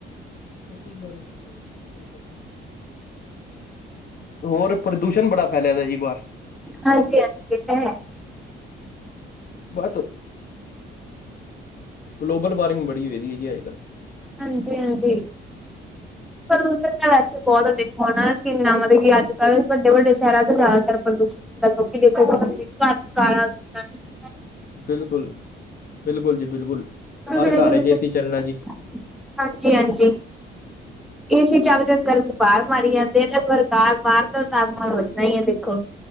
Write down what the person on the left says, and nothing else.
ਉਸੀ ਬਾਰੇ ਦਸੋ। ਹੋਰ, ਪ੍ਰਦੂਸ਼ਣ ਬੜਾ ਫੈਲਿਆ ਦਾ ਜੀ ਬਾਹਰ
ਬੋਤ, ਗਲੋਬਲ ਵਾਰਮਿੰਗ ਬੜੀ ਹੋਈ ਦੀ ਹੈ। ਅੱਜ ਕੱਲ੍ਹ
ਬਿਲਕੁਲ-ਬਿਲਕੁਲ ਜੀ ਬਿਲਕੁਲ।
ਹਰ ਘਰ ਚ ਅਸੀਂ ਚੱਲਣਾ ਜੀ
<unintelligible>